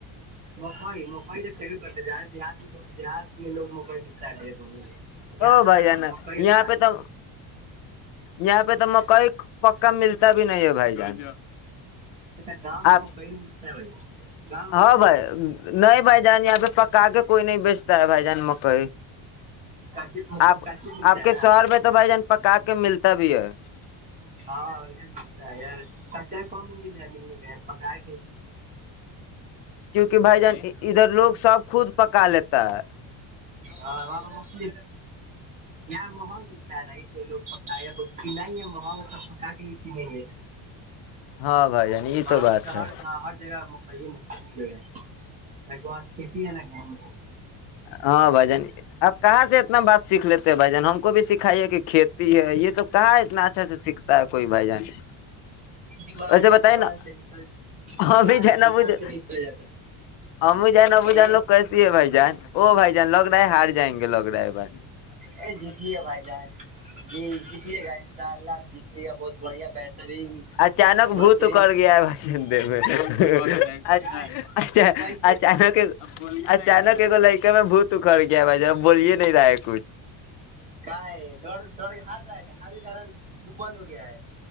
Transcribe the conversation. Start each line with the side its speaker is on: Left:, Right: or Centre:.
Right: مکائی مکائی د صحیح بات ہے دیہات کےلوگ لدیہات کے لوگ <unintelligible>
Left: او
Right: تو
Left: بھائی جانا
Right: مکئی اتنا
Left: یہاں پہ تو یہاں پہ یہاں تو مکئی مکہ ملتا بھی نہیں ہے بھائی جان
Right: اچھا گاؤں میں
Left: آپ
Right: مکئی نہیں ملتا ہے بھائی گاؤں میں مکئی
Left: ہاں
Right: نہیں
Left: بھائی
Right: ملتا ہے
Left: نہیں بھائی جان یہاں پہ پکا کے کوئی نہیں بیچتے ملتا ہے بھائی جان مکئی
Right: کچی کچی
Left: آپ
Right: ملتا
Left: آپ کے
Right: ہے نا
Left: شہر میں تو بھائی جان پکا کے ملتا <inaudible>
Right: ہاں ادھر ملتا ہے یار چاہے کم ہی مل جائے مل نہیں رہا پگر
Left: کیونکہ بھائی جان ادھر لوگ سب خود بک کہ لیتا ہے
Right: ہاں وہاں پ مونگ فلی یہاں ماحول ملتا ہے نا کھیلوں کا ائیے اب ہلائیں گے ماحول ہوگا تب پکا کے بھی کھلائیں گے
Left: ہاں بھائی جان یہ
Right: وہاں
Left: بات
Right: پہ تو
Left: ہے
Right: ہر گاؤں ہر جگہ ہو ائیے نا ب ایک بات کتیا لگے ہم
Left: ہاں ب جانی آپ کہاں سے اتنا بات سیکھ لیتے ہو بھ جان ہم کو بھی سکھائیے کہ کھیت <unintelligible> س ہے یہ سب کہا ہے اتنا اچھا سے سیکھتا ہے کوئی بھائی جانے
Right: زبان
Left: ویسے
Right: ہے
Left: بتائی
Right: زبان
Left: نا
Right: سے نکل
Left: ہم
Right: زبان
Left: بھی جائ
Right: ہے
Left: نہ
Right: زبان
Left: بج
Right: سے نکل جاتا ہے
Left: ہم بھی جائ نہ
Right: کہیے
Left: بجا لوگ کیسی ہے بھائی وہ بھائی لاک ڈرائی ہار جائ گے لاک ڈرائیو ب <inaudible>
Right: یہ جتے بائی جائے جی جت گائ س ج ٹھ بہت <unintelligible> بہترین
Left: اچانک
Right: بہترین
Left: بھوت کر گیا ہے بھائی د د <unintelligible>
Right: کیا
Left: چ
Right: کیسے
Left: اچانک اچانک اگو لئیکے میں بھت اکھڑ گ ب جہب بولیے نہیں رہاے کچھ <unintelligible>
Right: کاائے ڈ ڈڑ ہار رہا ہے تھا ہارو کرن <unintelligible> وہ بند ہو گیا ہے